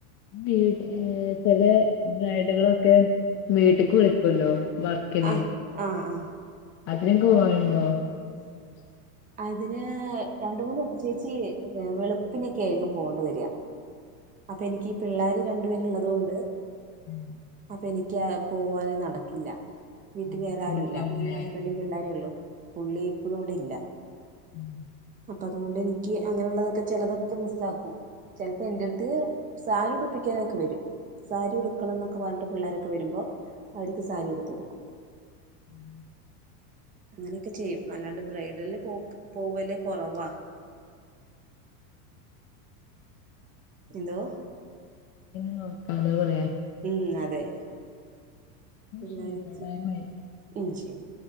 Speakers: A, on the left; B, on the right.
A: വീ ഏഹ് ചെല ബ്രയിഡുകളൊക്കെ വീട്ട്ക്ക് വിളിക്കൊല്ലോ വർക്കിന്
B: ആ ആ ആ
A: അതിനൊക്കെ പോവലുണ്ടോ <unintelligible>
B: അതിന് രണ്ട് മൂന്ന് വട്ടം ചേച്ചി വെളുപ്പിനൊക്കെ ആയിരിക്കും പോവേണ്ടി വര അപ്പൊ എനിക്ക് ഈ പിള്ളാര് രണ്ടു പേര് ഉള്ളത് കൊണ്ട്
A: ഉം
B: അപ്പ എനിക്ക് പോവല് നടക്കില്ല വീട്ടിൽ
A: ബുദ്ധിമുട്ടാവുലേ
B: വേറെ ആരുല്ല ഞാനും ഹസ്ബന്റും പിള്ളോരും ഒള്ളു പുള്ളി ഇപ്പഴും ഇവിടെ ഇല്ല
A: ഉം
B: അപ്പ അതുകൊണ്ട് എനിക്ക് അങ്ങനെയുള്ളതൊക്കെ ചിലതൊക്കെ മിസ് ആക്കും ചിലപ്പോ എന്റെ അടുത്ത് സാരി ഉടിപ്പിക്കാനൊക്കെ വരും സാരി ഉടുക്കണംന്നൊക്കെ പറഞ്ഞിട്ട് പിള്ളേരൊക്കെ വരുമ്പോ അവര്ക്ക് സാരി ഉടുത്ത് കൊടുക്കും
A: ഉം
B: അങ്ങനെയൊക്കെ ചെയ്യും അല്ലാണ്ട് ബ്രൈഡലന് പോക് പോവല് കൊറവാ എന്തോ
A: നോക്കാലോ പറയാ
B: ഉം അതെ പിള്ളേര്
A: ശരിട്ടോ
B: ത്തിരി
A: ടൈമായി
B: ഉം ശരി